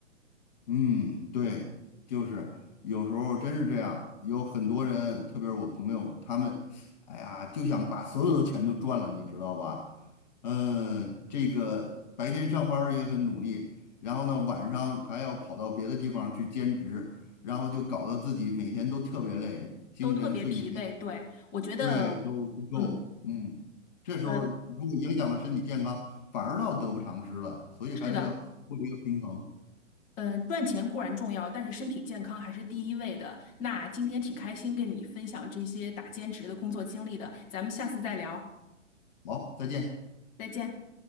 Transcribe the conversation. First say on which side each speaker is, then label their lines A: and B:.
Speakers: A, on the left; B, on the left.
A: 嗯，对，就是有时候真是这样，有很多人，特别是我朋友，他们，哎呀，就想把所有的钱都赚了，你知道吧？嗯，这个白天上班儿也很努力，然后呢，晚上还要跑到别的地方去兼职，然后就搞得自己每天都特别累，精神睡眠
B: 都特别疲惫。对，我觉得，
A: 对都不够，
B: 嗯，
A: 嗯，这时候如果影响了身体健康，
B: 呃，
A: 反而倒得不偿失了，所以还是要做一个平衡。
B: 是的。嗯，赚钱固然重要，但是身体健康还是第一位的。那今天挺开心跟你分享这些打兼职的工作经历的，咱们下次再聊，
A: 好，再见。
B: 再见。